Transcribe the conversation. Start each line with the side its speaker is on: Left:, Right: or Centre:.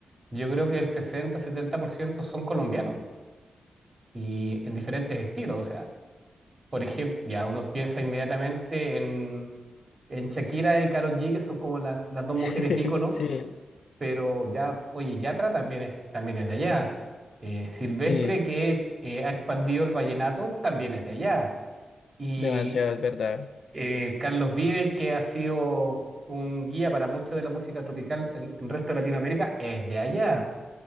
Right: yo creo que el sesenta, setenta por ciento son colombianos y en diferentes estilos. O sea, por ejemplo, ya uno piensa inmediatamente en, en Shakira y Karol G, que son como las, las dos
Left: <laughs>
Right: mujeres íconos,
Left: Sí,
Right: pero ya, oye, Yatra también es, también es de allá. Eh, Silvestre,
Left: sí,
Right: que eh, ha expandido el vallenato, también es de allá. Y
Left: demasiado, es verdad.
Right: eh, Carlos Vives, que ha sido un guía para mucho de la música tropical en en el resto de Latinoamérica, es de allá.